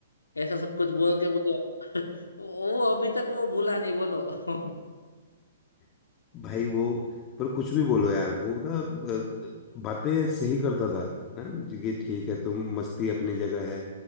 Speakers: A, on the left; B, on the left.
A: ऐसा सब कुछ बोल के बोलो <laughs> वो अभी तक वो भूला नहीं बोलो <laughs>
B: <laughs> भाई वो पर कुछ भी बोलो यार वो ना अ, बातें सही करता था ना जी कि ठीक है तुम मस्ती अपनी जगह है